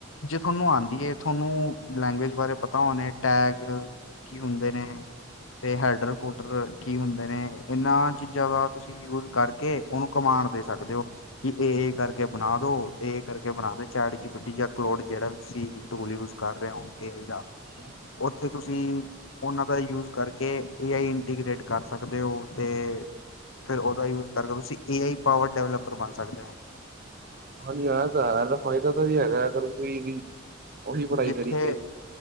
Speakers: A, on the left; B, on the right.
A: ਜੇ ਤੁਹਾਨੂੰ ਆਉਂਦੀ ਹੈ ਤੁਹਾਨੂੰ ਲੈਂਗੁਏਜ ਬਾਰੇ ਪਤਾ ਹੋਣੇ ਟੈਗ ਕੀ ਹੁੰਦੇ ਨੇ ਅਤੇ ਹੈਡਰ -ਫੂਡਰ ਕੀ ਹੁੰਦੇ ਨੇ ਇਹਨਾਂ ਚੀਜ਼ਾਂ ਦਾ, ਤੁਸੀਂ ਯੂਜ ਕਰਕੇ ਉਹਨੂੰ ਕਮਾਂਡ ਦੇ ਸਕਦੇ ਹੋ ਕਿ ਇਹ ਕਰਕੇ ਬਣਾ ਦੋ ਇਹ ਕਰਕੇ ਬਣਾ ਦੋ ਚ ਪੱਟੀ ਚੈਟ ਜਿਪੀਟੀ ਜਾਂ ਕਲੋਢ ਜਿਹੜਾ ਵੀ ਤੁਸੀਂ ਟੂਲ ਯੂਜ ਕਰ ਰਹੇਂ ਹੋ ਏ ਆਈ ਦਾ।
B: ਅੱਛਾ।
A: ਇੱਥੇ ਤੁਸੀਂ, ਉਹਨਾਂ ਦਾ ਯੂਜ ਕਰਕੇ ਏ ਆਈ ਇੰਟੀਗ੍ਰੇਟ ਕਰ ਸਕਦੇ ਹੋ ਤੇ ਫਿਰ ਉਹਦਾ ਯੂਜ ਕਰਕੇ ਤੁਸੀਂ ਏ ਆਈ ਪਾਵਰ ਡਿਵਲਪਰ ਬਣ ਸਕਦੇ ਹੋ।
B: ਹਾਂਜੀ ਆਏ ਤਾਂ ਹੈਗਾ ਇਹਦਾ ਫਾਇਦਾ ਤਾਂ ਵੀ ਹੈਗਾ ਕਰ ਕੋਈ ਵੀ ਉਹੀ ਪੜ੍ਹਾਈ
A: ਜਿੱਥੇ
B: ਕਰੀ